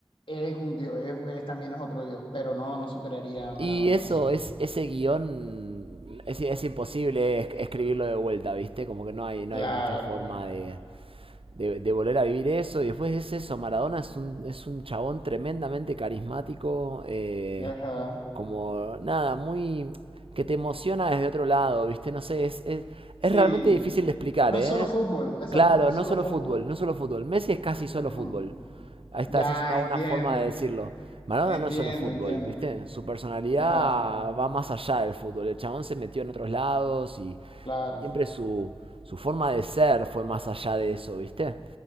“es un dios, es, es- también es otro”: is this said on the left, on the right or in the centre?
Left